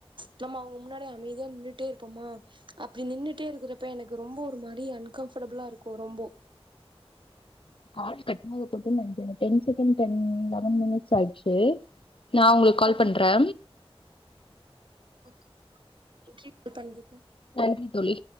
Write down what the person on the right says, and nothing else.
ச்ச் நம்ம அவுங்க முன்னாடி அமைதியா நின்னுட்டே இருப்போமா அப்டி நின்னுட்டே இருக்குறப்ப எனக் ரொம்ப ஒரு மாரி அன்கம்ஃபடபுளா இருக்கூ ரொம்போ
ஓ
<unintelligible>